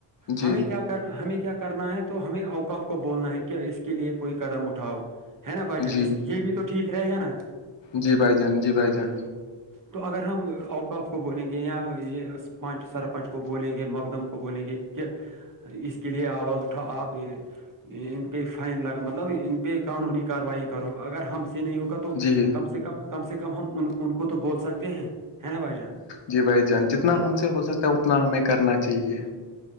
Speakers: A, on the left; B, on the right.
A: جی
B: ہمیں کیا کر ہمیں کیا کرنا ہے تو ہمیں اوقاف کو بولنا ہے کہ اس کے لیے کوئی قدم اٹھاؤ ہے نا بھائی جان
A: جی
B: اس یہ بھی تو ٹھیک رہے گا نا
A: جی بھائی جان جی بھائی جان
B: تو اگر ہم آؤٹ آف کو بولیں گے یا یہ پنچ سرپنچ کو بولیں گے مقدم کو بولیں گے کہ اس کے لیے آواز اٹھا آپ ان پہ فائن لگا مطلب ان پہ قانونی کارروائی کرو اگر ہم سے نہیں ہوگا تو تو
A: جی
B: کم سے کم کم سے کم ہم ان کو تو بول سکتے ہیں ہے نا بھائی جان
A: جی بھائی جان جتنا ہم سے ہو سکتا ہے اتنا ہمیں کرنا چاہیے